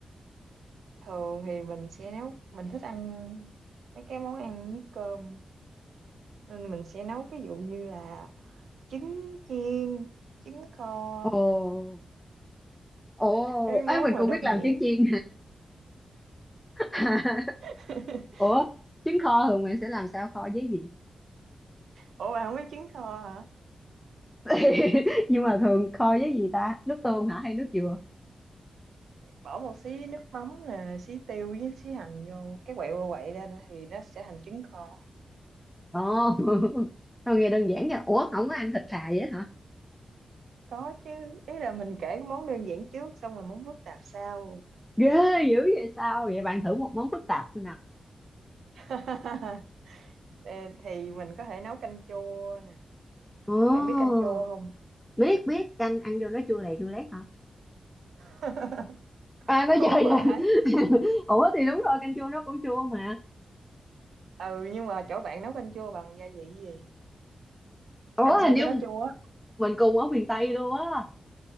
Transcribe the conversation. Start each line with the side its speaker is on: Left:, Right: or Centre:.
Right: thường thì mình sẽ nấu mình thích ăn mấy cái món ăn với cơm nên mình sẽ nấu ví dụ như là trứng chiên trứng kho
Centre: ồ ồ
Right: cái món
Centre: ấy mình
Right: mà
Centre: cũng
Right: đơn
Centre: biết làm
Right: giản
Centre: trứng chiên <laughs>
Right: <laughs>
Centre: ủa trứng kho thường bạn sẽ làm sao kho với gì
Right: ủa bạn không biết trứng kho hả
Centre: <laughs> nhưng mà thường kho với gì ta nước tương hả hay nước dừa
Right: bỏ một xí nước mắm nè xí tiêu với xí hành vô cái quậy qua quậy lên thì nó sẽ thành trứng kho
Centre: ồ <laughs> tao nghe đơn giản nha ủa không có ăn thịt thà vậy hả
Right: có chứ ý là mình kể cái món đơn giản trước xong rồi món phức tạp sau
Centre: ghê dữ vậy sao vậy bạn thử một món phức tạp xem nào
Right: <laughs> Ê, thì mình có thể nấu canh chua nè
Centre: ồ
Right: bạn biết canh chua không
Centre: biết biết canh ăn vô nó chua lè chua lét hả
Right: <laughs>
Centre: à nó
Right: không
Centre: chơi
Right: phải
Centre: vậy <laughs> ủa thì đúng rồi canh chua nó cũng chua mà
Right: ừ nhưng mà chỗ bạn nấu canh chua bằng gia vị gì
Centre: ủa
Right: làm sao
Centre: hình như
Right: cho nó chua
Centre: mình cùng ở miền Tây luôn á